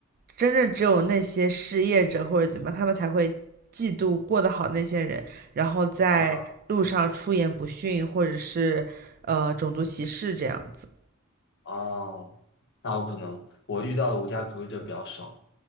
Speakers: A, on the right; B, on the left.
A: 真正只有那些失业者或者怎么样，他们才会嫉妒过得好那些人，然后在路上出言不逊，
B: 啊
A: 或者是呃种族歧视这样子
B: 哦，那我可能我遇到的无家可归者比较少，